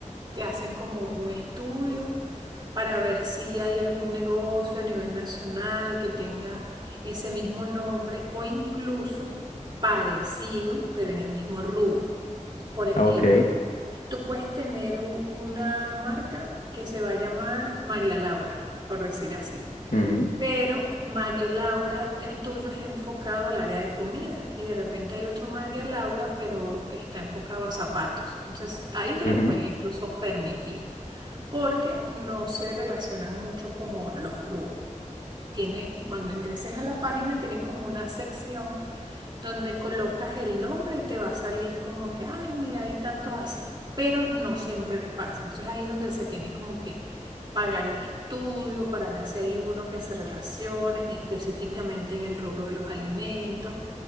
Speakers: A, on the right (about 35°); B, on the left (about 75°).
A: Te hacen como un estudio para ver si hay algún negocio a nivel nacional que tenga ese mismo nombre o incluso parecido, pero en el mismo rubro. Por ejemplo,
B: Ok.
A: Tú puedes tener u- una marca que se va a llamar María Laura, por decir así.
B: ujú,
A: Pero María Laura, el tuyo es enfocado al área de comidas y de repente hay otro María Laura, pero está enfocado a zapatos. Entonces ahí te
B: ujú,
A: lo pueden incluso permitir porque no se relacionan mucho como los rubros. Tiene, cuando ingreses a la página, tienen como una sección donde colocas el nombre y te va a salir como que, ay, mira, hay tantos así, pero no siempre pasa. Entonces ahí es donde se tiene como que pagar el estudio para ver si hay uno que se relacione específicamente en el rubro de los alimentos,